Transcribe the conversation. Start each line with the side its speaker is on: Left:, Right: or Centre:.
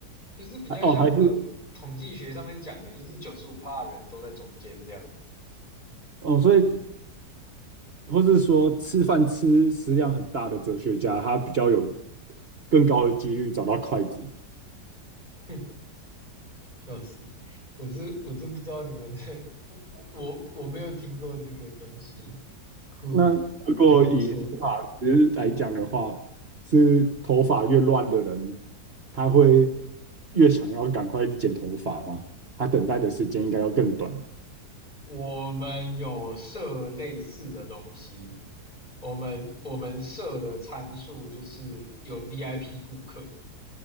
Left: 就是比较像是
Right: 还哦，还是
Left: 统计学上面讲的，就是九十五趴的人都在中间这样子，
Right: 哦，所以或是说吃饭吃食量很大的哲学家，他比较有更高的几率找到筷子。
Left: <laughs> 笑死！我是我是不知道你们的，我我没有听过这个东西，酷，
Right: 那如果以理发师来讲的话，
Left: 真不错。
Right: 是头发越乱的人，他会越想要赶快剪头发吗？他等待的时间应该要更短。
Left: 我们有设类似的东西，我们我们设的参数就是有 VIP 顾客，